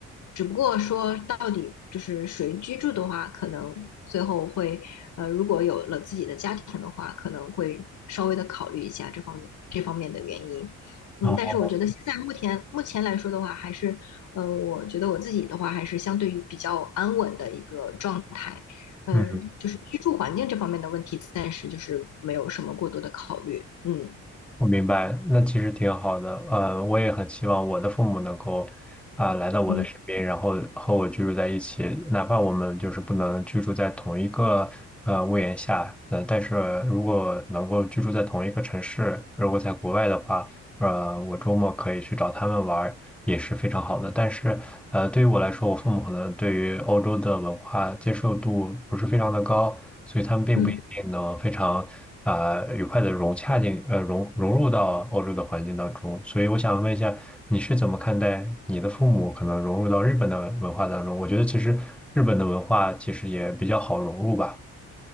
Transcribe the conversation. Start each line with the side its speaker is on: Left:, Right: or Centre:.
Left: 只不过说到底就是谁居住的话，可能最后会，呃，如果有了自己的家庭的话，可能会稍微的考虑一下这方面这方面的原因。
Centre: 然后。
Left: 嗯，但是我觉得现在目前目前来说的话，还是，呃，我觉得我自己的话，还是相对于比较安稳的一个状态，嗯、
Centre: 嗯，
Left: 就是居住环境这方面的问题，暂时就是没有什么过多的考虑，嗯
Centre: 我明白，那其实挺好的。呃，我也很希望我的父母能够啊、来到我的身边，
Left: 嗯
Centre: 然后和我居住在一起，哪怕我们就是不能居住在同一个呃屋檐下，呃，但是如果能够居住在同一个城市，如果在国外的话，呃，我周末可以去找他们玩儿，也是非常好的。但是呃，对于我来说，我父母可能对于欧洲的文化接受度不是非常的高，所以他们并不一定能非常呃愉快的融洽进呃融融入到欧洲的环境当中。
Left: 嗯。
Centre: 所以我想问一下，你是怎么看待你的父母可能融入到日本的文化当中？我觉得其实日本的文化其实也比较好融入吧。